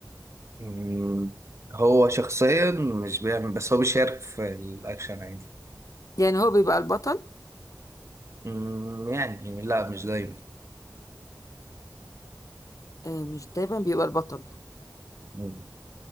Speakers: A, on the right; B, on the left.
A: مم، هو شخصيا مش بيعمل بس هو بيشارك في الأكشن عادي
B: يعني هو بيبقى البطل
A: مم، يعني لا مش دايما
B: آه، مش دايما بيبقى البطل
A: مم،